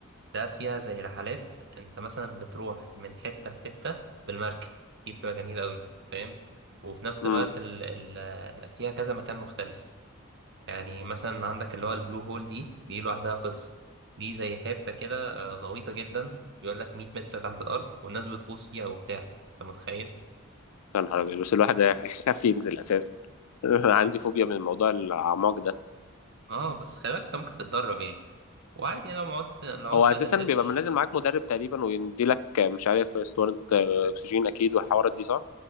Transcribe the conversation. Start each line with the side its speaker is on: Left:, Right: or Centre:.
Right: ده فيها زي رحلات انت مثلا بتروح من حتة لحتة بالمركب دي بتبقى جميلة قوي فاهم وفي نفس
Left: امم
Right: الوقت ال ال فيها كذا مكان مختلف يعني مثلا عندك اللي هو البلو هول دي دي لوحدها قصة دي زي حتة كده آه، غويطة جدا بيقول لك 100 متر تحت الأرض والناس بتغوص فيها وبتاع انت متخيل
Left: يا نهار ابيض بس الواحد <laughs> يخاف ينزل اساسا <laughs> انا عندي فوبيا من موضوع الاعماق ده
Right: اه بس خلي بالك انت ممكن تتدرب يعني وعادي يعني لو عوزت لو عوزت
Left: هو اساسا
Right: ما تنزلش
Left: بيبقى نازل معاك مدرب تقريبا ويديلك آه، مش عارف اسطوانة آه، اكسجين اكيد والحوارات دي صح